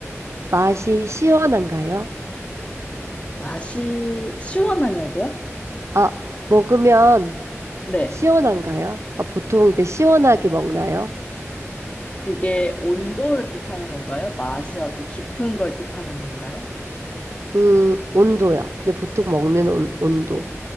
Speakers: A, on the right; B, on the left.
A: 맛이 시원한가요?
B: 맛이 시원하냐고요?
A: 아, 먹으면
B: 네.
A: 시원한가요? 아, 보통 이제 시원하게 먹나요?
B: 그게 온도를 뜻하는 건가요? 맛이 어떤 깊은 걸 뜻하는 건가요?
A: 음, 온도요. 근데 보통 먹는 온, 온도.